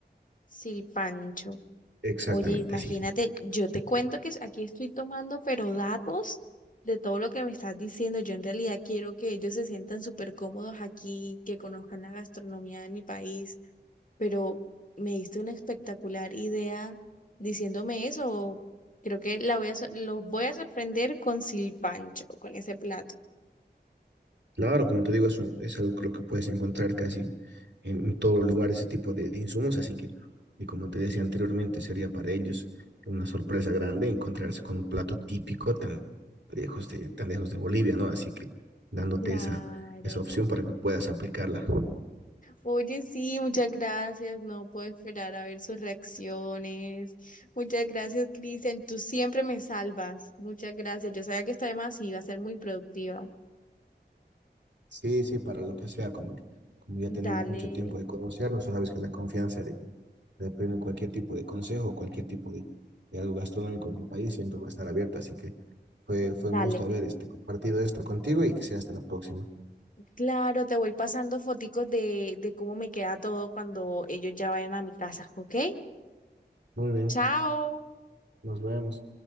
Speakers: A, on the left; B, on the right.
A: Sí, Pancho.
B: exactamente
A: Oye, imagínate,
B: así.
A: yo te cuento que aquí estoy tomando, pero datos de todo lo que me estás diciendo. Yo en realidad quiero que ellos se sientan súper cómodos aquí, que conozcan la gastronomía de mi país, pero me diste una espectacular idea diciéndome eso. Creo que la voy a, sor- los voy a sorprender con Silpancho, con ese plato.
B: Claro, como te digo, es, un- es algo creo que puedes encontrar casi en todo lugar ese tipo de, de insumos, así que, y como te decía anteriormente, sería para ellos una sorpresa grande encontrarse con un plato típico tan lejos de, tan lejos de Bolivia, ¿no? Así que dándote
A: Claro.
B: esa, esa opción para que puedas aplicarla.
A: Oye, sí, muchas gracias. No puedo esperar a ver sus reacciones. Muchas gracias, Cristian. Tú siempre me salvas. Muchas gracias. Yo sabía que esta demás iba a ser muy productiva.
B: Sí, sí, para lo que sea, como, como ya tenemos
A: Dale,
B: mucho tiempo de conocernos, tú sabes que la confianza de, de pedirme cualquier tipo de consejo, cualquier tipo de, de algo gastronómico del país siempre va a estar abierta, así que fue, fue
A: dale.
B: un gusto haber este, compartido esto contigo y que sea hasta la próxima.
A: Claro, te voy pasando foticos de, de cómo me queda todo cuando ellos ya vayan a mi casa, ¿ok?
B: Muy bien,
A: Chao.
B: nos vemos.